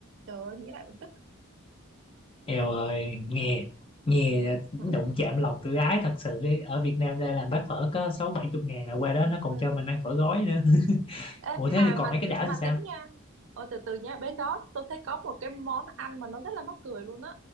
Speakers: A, on the right (about 60°); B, on the left (about 25°).
A: trời ơi nghĩ lại cũng tức
B: Eo ơi, nghe nghe
A: <laughs>
B: đụng chạm lòng tự ái thật sự đi. Ở Việt Nam ra làm bát phở có sáu bảy chục ngàn là qua đó nó còn
A: ừ.
B: cho mình ăn phở gói nữa. <laughs>
A: Ê,
B: Ủa thế
A: mà
B: thì còn
A: mà
B: mấy cái đảo
A: mà
B: thì sao?
A: tính nha Ôi từ từ nha bên đó tôi thấy có một cái món ăn mà nó rất là mắc cười luôn á